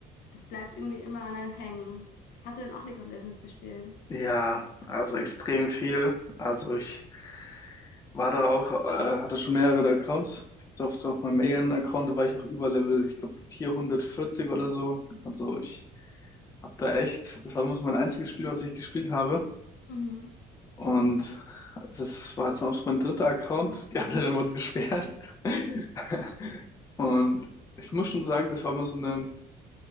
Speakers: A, on the left; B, on the left.
A: das bleibt irgendwie immer an einem hängen. Hast du denn auch League of Legends gespielt?
B: Ja, also extrem viel. Also ich. War da auch, äh, hatte schon mehrere Accounts. Jetzt Auf, auf meinem Alien-Account, da war ich auch über Level, ich glaube 440 oder so. Also ich hab da echt, das war muss mein einziges Spiel, was ich gespielt habe.
A: Mhm.
B: Und das war jetzt auch schon mein dritter Account. Die anderen wurden gesperrt. <laughs> Und ich muss schon sagen, das war mal so eine,